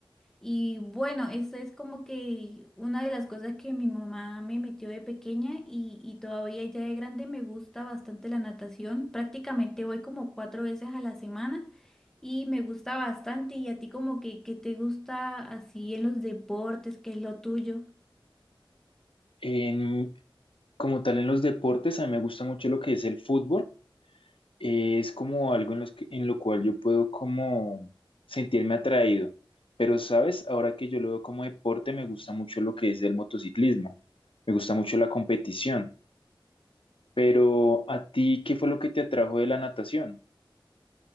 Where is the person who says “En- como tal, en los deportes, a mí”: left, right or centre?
Left